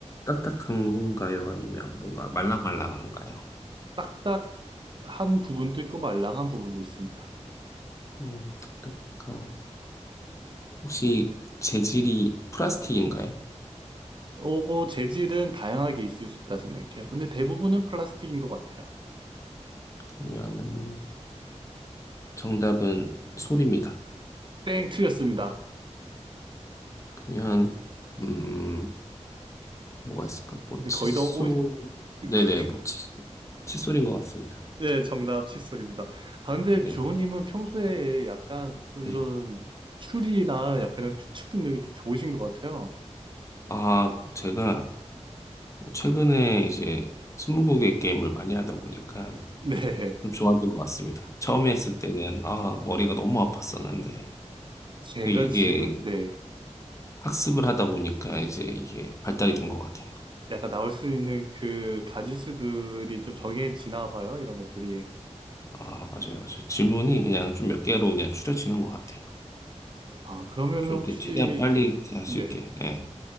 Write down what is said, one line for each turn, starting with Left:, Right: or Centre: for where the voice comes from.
Left: 딱딱한가요? 아니면 뭔가 말랑말랑한가요?
Right: <laughs> 딱딱한 부분도 있고 말랑한 부분도 있습니다.
Left: 음, 딱딱한. 혹시 재질이 플라스틱인가요?
Right: 오고 재질은 다양하게 있을 수 있다 생각해요. 근데 대부분은 플라스틱인 것 같아요.
Left: 그러면은 정답은 솔입니다.
Right: 땡, 틀렸습니다.
Left: 그러면 음, 뭐가 있을까? 뭐
Right: 근데
Left: 칫솔.
Right: 거의 다 오,
Left: 네네,
Right: <laughs>
Left: 뭐 칫솔. 칫솔인 것 같습니다.
Right: 네, 정답 칫솔입니다. 아, 근데
Left: 네네.
Right: 주호님은 평소에 약간 좀
Left: 네.
Right: 이런 추리나 약간 이런 추측 능력이 좀 좋으신 것 같아요.
Left: 아, 제가 최근에 이제 스무고개 게임을 많이 하다 보니까
Right: 네.
Left: 좀 좋아진 것 같습니다. 처음에 했을 때는 아, 머리가 너무 아팠었는데
Right: 제가
Left: 이게
Right: 지금, 네.
Left: 학습을 하다 보니까 이제 이게 발달이 된 것 같아요.
Right: 약간 나올 수 있는 그 가지수들이 좀 정해지나 봐요. 이런 것들이.
Left: 아, 맞아요, 맞아요. 질문이 그냥 좀 몇 개로 그냥 추려지는 것 같아요.
Right: 아, 그러면은
Left: 좀
Right: 혹시,
Left: 이렇게 최대한 빨리 할
Right: 네.
Left: 수 있게. 예.